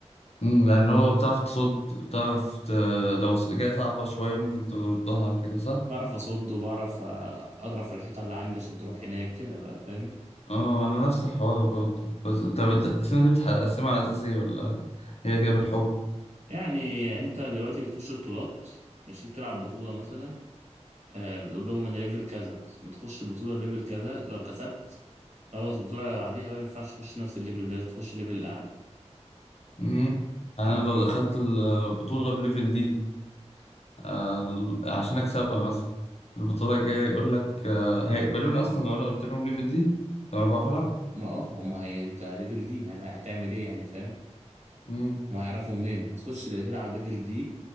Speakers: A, on the left; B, on the right.
A: مم، يعني هو بتعرف تصد بتعرف ت... لو جاية صعبة شوية ممكن تردها كده صح؟
B: بعرف اصد وبعرف آه، اضرب في الحيطة اللي عندي عشان تروح هناك كده بقى فاهم
A: اه أنا نفس الحوار برضه بس طب التقسيمة دي بتقسمها على أساس إيه ولا هي كده بالحب؟
B: يعني انت دلوقتي بتخش بطولات ماشي بتلعب بطولة مثلا آه بتقول لهم انا ليفل كذا مثلا بتخش بطولة بليفل كذا لو كسبت خلاص البطولة اللي بعديها بقى ما ينفعش تخش نفس الليفل ده تخش ليفل اعلى
A: مم. يعني
B: فاهم
A: أنا لو
B: حاجة
A: دخلت البطولة بليفل دي آه، عشان اكسبها مثلا في البطوله الجايه يقول لك آه، هيقبلوني اصلا لو انا قلت لهم ليفل دي لو انا بعرف العب
B: ما اه هم هي انت ليفل دي يعني هتعمل ايه يعني فاهم
A: امم
B: ما هيعرفوا منين هتخش تلعب ليفل دي